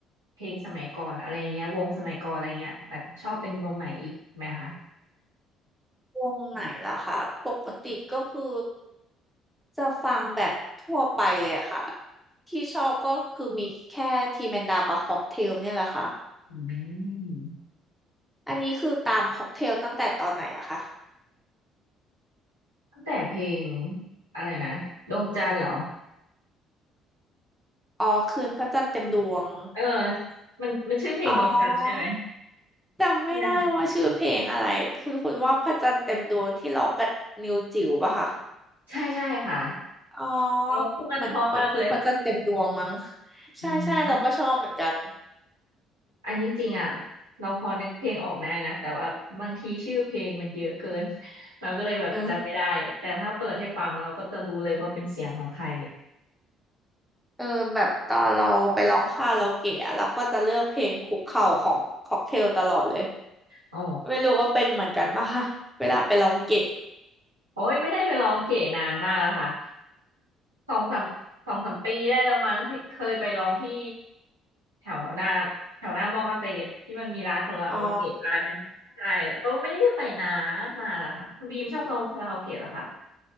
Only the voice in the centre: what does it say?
วงไหนล่ะค่ะปกติก็คือจะฟังแบบทั่วไปเลยค่ะที่ชอบก็คือมีแค่ทีแมนดาวกับค็อกเทลเนี่ยแหละค่ะ
อันนี้คือตามค็อกเทลตั้งแต่ตอนไหนอะคะ
อ๋อคืนพระจันทร์เต็มดวง
อ๋อจำไม่ได้ว่าชื่อเพลงอะไรคุณคุณว่าพระจันทร์เต็มดวงที่ร้องกับนิวจิ๋วปะคะ
อ๋อ
เหมือนเหมือนคือพระจันทร์เต็มดวงมั้งใช่ใช่เราก็ชอบเหมือนกัน
เออ เออแบบตอนเราไปร้องคาราโอเกะอะเราก็จะเลือกเพลงคุกเข่าของค็อกเทลตลอดเลย
ไม่รู้ว่าเป็นเหมือนกันป่ะคะเวลาไปร้องเกะ
อ๋อ